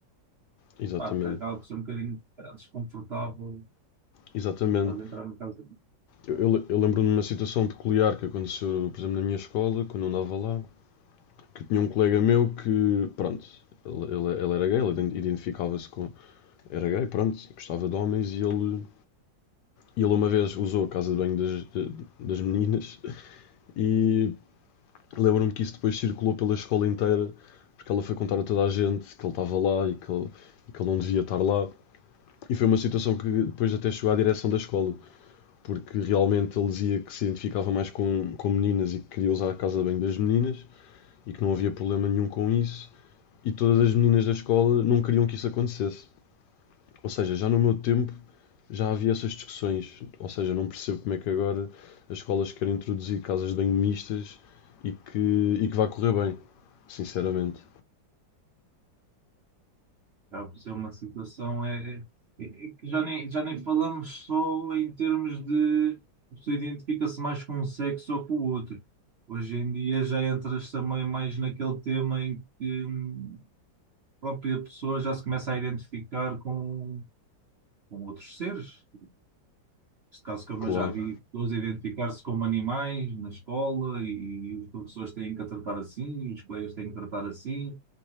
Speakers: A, on the left; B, on the right.
A: exatamente,
B: pá, acaba por ser um bocadinho desconfortável
A: exatamente.
B: estás a entrar no caso.
A: Eu, eu, eu lembro-me de uma situação peculiar que aconteceu, por exemplo, na minha escola, quando eu andava lá, que tinha um colega meu que, pronto, ele, ele- ele era gay, ele identificava-se com. Era gay, pronto, gostava de homens e ele. ele uma vez usou a casa de banho das, das meninas e lembro-me que isso depois circulou pela escola inteira, porque ela foi contar a toda a gente que ele estava lá e que ele, e que ele não devia estar lá. E foi uma situação que depois até chegou à direção da escola. porque realmente ele dizia que se identificava mais com, com meninas e que queria usar a casa de banho das meninas e que não havia problema nenhum com isso. E todas as meninas da escola não queriam que isso acontecesse. Ou seja, já no meu tempo já havia essas discussões. Ou seja, não percebo como é que agora as escolas querem introduzir casas de banho mistas e que, e que vai correr bem. Sinceramente.
B: Acaba por ser uma situação é, é- é que já nem, já nem falamos só em termos de a pessoa identifica-se mais com um sexo ou com o outro. Hoje em dia já entras também mais naquele tema em que hum, a própria pessoa já se começa a identificar com, com outros seres. Neste caso, como
A: Claro,
B: eu já vi, pessoas a identificar-se como animais na escola e, os professores têm que a tratar assim, e os colegas têm que tratar assim.